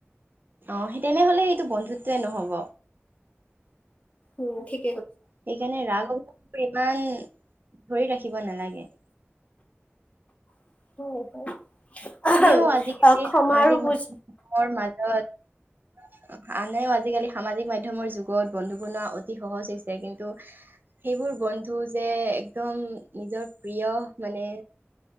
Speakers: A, on the right (about 45°); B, on the left (about 30°).
A: অ সেই তেনেহলে সেইটো বন্ধুত্বয়ে নহব
B: উম ঠিক
A: <unintelligible> ইমান ধৰি ৰাখিব নালাগে
B: <unintelligible>
A: এনেও
B: আহাম,
A: আজিকালি
B: অ', ক্ষমা
A: সামাজিক
B: আৰু বুজ
A: মাধমৰ মাজত আনেও আজিকালি সামাজিক মাধ্য়মৰ যুগত বন্ধু বনোৱা অতি সহজ হৈছে কিন্তু সেইবোৰ বন্ধু যে একদম নিজৰ প্ৰিয় মানে